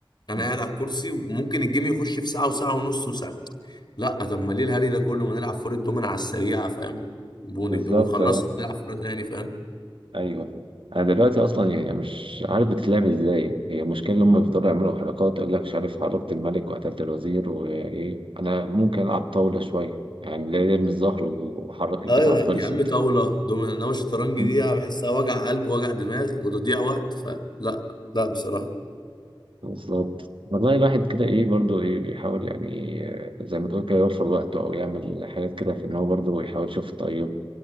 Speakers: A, on the left; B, on the right.
A: انا
B: مم.
A: قاعد على الكرسي وممكن الجيم يخش في ساعه وساعه ونص وساعه لا طب ما ليه الهري ده كله ما نلعب فور الدومين على السريع فاهم ونج-
B: بالظبط
A: ونخلص نلعب فور تاني فاهم
B: ايوه انا دلوقتي اصلا يعني مش عارف بتتلعب ازاي هي المشكله لما بيفضلوا يعملوا حركات يقول لك مش عارف حركت الملك وقتلت الوزير وايه انا ممكن العب طاوله شويه يعني لا يرمي الزهر وحرك البتاع
A: ايوه
B: خلصت
A: يا عم طاوله دومين انما الشطرنج
B: مم.
A: دي أنا بحسها وجع قلب وجع دماغ وتضييع وقت فلا لا بصراحه
B: بالظبط والله الواحد كده ايه برضو ايه بيحاول يعني آه، زي ما تقول كده يوفر وقته او يعمل حاجات كده في ان هو برضو يحاول يشوف طيب